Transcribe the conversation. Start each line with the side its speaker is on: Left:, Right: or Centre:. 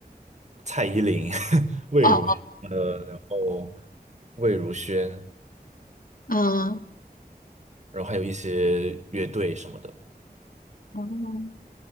Right: 蔡依林、<laughs> 魏如呃，
Left: 哦，
Right: 然后魏如萱，
Left: 嗯，
Right: 然后还有一些乐队什么的。
Left: 哦，